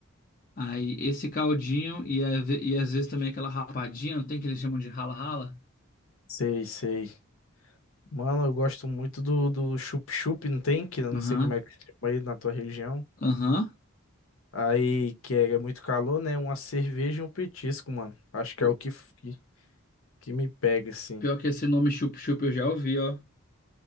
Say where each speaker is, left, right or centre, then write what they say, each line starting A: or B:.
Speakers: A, on the left; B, on the left.
A: Aí, esse caldinho e, a ve- e às vezes também aquela rapadinha, não tem que eles chamam de rala-rala?
B: Sei, sei. Mano, eu gosto muito do, do chup-chup, não tem? Que eu
A: Aham,
B: não sei como é que se chama aí na tua região.
A: aham.
B: Aí, que é, é muito calor, né? Uma cerveja e um petisco, mano. Acho que
A: O-
B: é o que, f- que, que me pega, assim.
A: Pior que esse nome chup-chup eu já ouvi, ó.